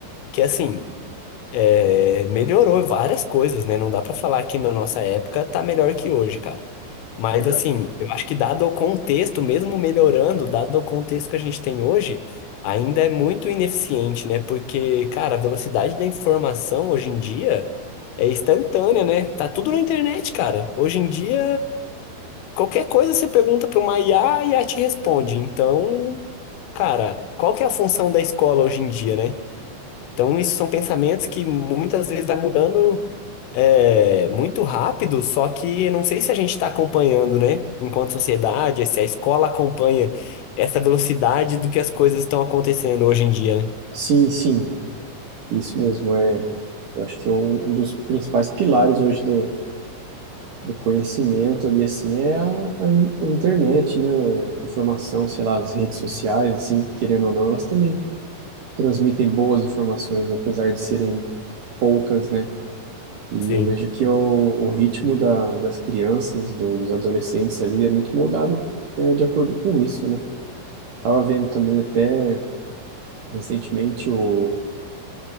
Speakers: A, on the left; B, on the right.
A: que assim. É, melhorou várias coisas, né? Não dá pra falar que na nossa época tá melhor que hoje, cara. Mas
B: Exato.
A: assim, eu acho que dado o contexto, mesmo melhorando, dado o contexto que a gente tem hoje, ainda é muito ineficiente, né? Porque, cara, a velocidade da informação hoje em dia é instantânea, né? Tá tudo na internet, cara. Hoje em dia, qualquer coisa você pergunta para uma IA e a IA te responde. Então, cara, qual que é a função da escola hoje em dia, né? Então, isso são pensamentos que muitas vezes vai mudando é, muito rápido, só que não sei se a gente está acompanhando, né? Enquanto sociedade, se a escola acompanha essa velocidade do que as coisas estão acontecendo hoje em dia, né?
B: Sim, sim, isso mesmo. É, eu acho que é um, um dos principais pilares hoje do, do conhecimento ali, assim, é a, a, in- a internet, né? A informação, sei lá, as redes sociais, assim, querendo ou não, elas também transmitem boas informações, apesar de serem poucas, né? E
A: Sim,
B: eu vejo que o, o ritmo da, das crianças, do- dos adolescentes ali, é muito moldado é, de acordo com isso, né? Eu tava vendo também até recentemente o